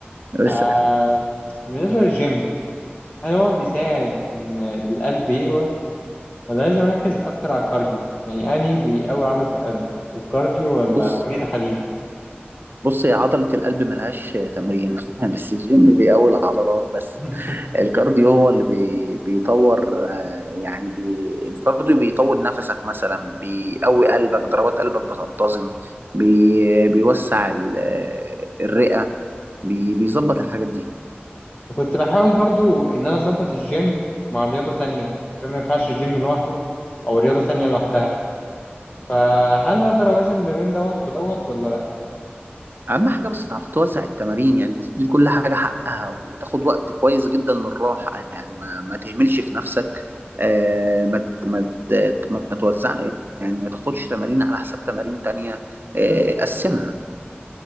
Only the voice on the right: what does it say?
بس
بص
بص يا عضلة القلب ملهاش تمرين <laughs> بس الجيم بيقوي العضلات بس
الكارديو هو اللي بي بيطور آه، يعني بي الكارديو بيطول نفسك مثلا بيقوي قلبك ضربات قلبك بتنتظم بي بيوسع ال- آه، الرئة بي بيظبط الحاجات دي
أهم حاجة بس تعرف توزع التمارين يعني تدي كل حاجة حقها وتاخد وقت كويس جدا للراحة يعني ما, ما تهملش في نفسك آه، ما ت- ما ت- ما توزع يعني ما تاخدش تمارين على حساب تمارين تانية آه،
قسمها